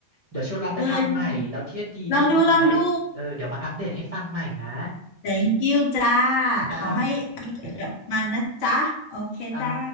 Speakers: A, on the right; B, on the left.
A: เดี๋ยวเชลลองไปทำใหม่แล้วเทียบดีไม่ดียังไงเออเดี๋ยวมาอัปเดตให้ฟังใหม่นะ
B: เออยังไงลองดูลองดู thank you จ้า
A: จ้า
B: ขอให้อร่อยกับมันนะจ๊ะโอเคจ้า
A: จ้า